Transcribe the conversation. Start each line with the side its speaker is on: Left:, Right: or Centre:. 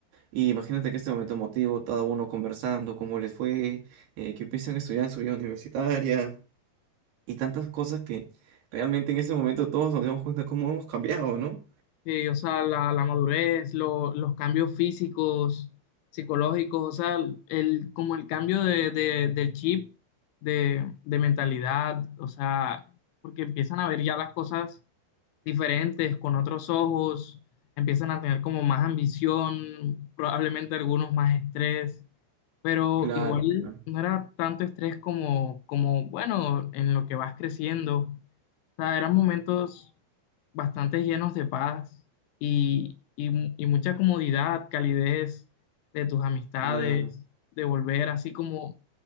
Right: y imagínate que este momento emotivo, cada uno conversando, cómo les fue, eh, qué piensan estudiar en su vida universitaria y tantas cosas que realmente en ese momento todos nos dimos cuenta cómo hemos cambiado, ¿no?
Left: Sí, o sea, la, la madurez, lo- los cambios físicos, psicológicos, o sea, el, como el cambio de, de- del chip, de, de mentalidad, o sea, porque empiezan a ver ya las cosas diferentes, con otros ojos, empiezan a tener como más ambición, probablemente algunos más estrés, pero
Right: Claro,
Left: igual
Right: claro.
Left: no era tanto estrés como, como bueno, en lo que vas creciendo. O sea, eran momentos bastante llenos de paz y, y mu- y mucha comodidad, calidez de tus amistades,
Right: Claro.
Left: de volver así como